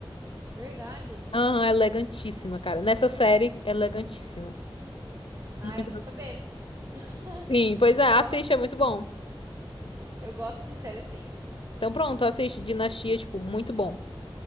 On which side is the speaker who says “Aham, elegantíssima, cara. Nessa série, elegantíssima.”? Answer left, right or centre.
Left